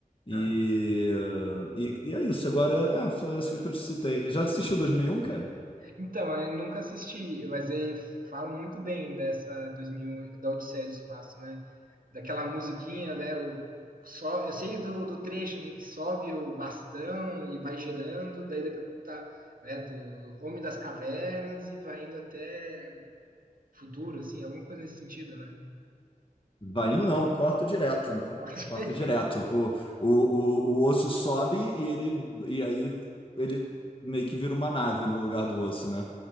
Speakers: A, on the left (about 35°); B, on the right (about 75°).
A: E,
B: Ah,
A: e, e é isso, agora é, foi essa que eu te citei. Já assistiu 2001, cara?
B: Então, eu nunca assisti, mas eh, falam muito bem dessa 2001, da Odisseia do Espaço, né? Daquela musiquinha, né? O, só, eu sei do, do trecho, né? Que sobe o bastão e vai girando, daí daqui a pouco tá, né? Do Homem das Cavernas e vai indo até o futuro, assim, alguma coisa nesse sentido, né?
A: Vai indo não, corta direto, né?
B: <laughs>
A: Corta direto. O, o, o, o osso sobe e ele e aí ele meio que vira uma nave no lugar do osso, né?